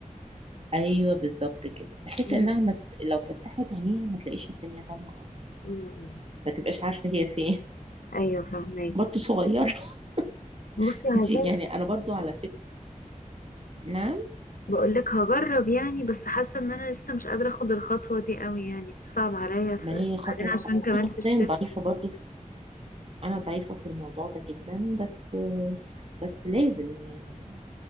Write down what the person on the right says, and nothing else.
أيوة بالظبط كده بحيث
إنها مت... لو فتحت عينيها ما تلاقيش الدنيا ضلمة أوي يعني
ما تبقاش عارفة هي فين
برضه صغيرة
<laughs>
أنت يعني
أنا برضه على فكرة نعم
ما هي خطوة
صعبة
أنا شخصيا
ضعيفة برضو في- أنا ضعيفة في الموضوع ده جدا بس بس لازم يعني